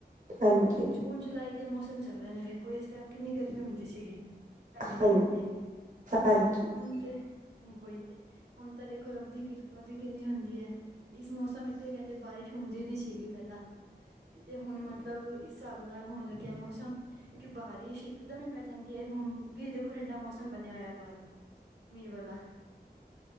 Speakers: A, on the right; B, on the right.
A: ਹਾਂਜੀ
B: ਜੂਨ ਜੁਲਾਈ ਦੇ ਮੋਸਮ ਚੱਲ ਰਏ ਨੇ ਵੇਖੋ ਇਸ ਟਾਈਮ ਕਿੰਨੀ ਗਰਮੀ ਹੁੰਦੀ ਸੀਗੀ। ਪੈਲੇ
A: ਹਾਂ
B: ਟਾਈਮ ਤੇ,
A: ਹਾਂਜੀ
B: ਹੁਣ ਤੇ ਓਹੀ ਤੇ ਹੁਣ ਤਾਂ ਦੇਖੋ ਰੱਬ ਦੀ ਕਿਰਪਾ ਵੀ ਕਿੰਨੀ ਹੁੰਦੀ ਐ, ਇਸ ਮੌਸਮ ਇਤੇ ਕੇਂਦੇ ਬਾਰਿਸ਼ ਹੁੰਦੀ ਨੀ ਸੀਗੀ ਪੇਲਾਂ, ਤੇ ਹੁਣ ਮਤਲਬ ਇਸਸਾਬ ਹੋਣ ਲੱਗੇਐ ਮੌਸਮ ਕਿ ਬਾਰਿਸ਼ ਇੱਕਦਮੇ ਈ ਪੈ ਜਾਂਦੀ ਐ, ਹੁਣ ਵੀ ਦੇਖੋ ਠੰਡਾ ਮੌਸਮ ਬਣੇਆ ਹੋਏਆ ਬਾਰ ਮੀਂਅ ਵਾਲਾ।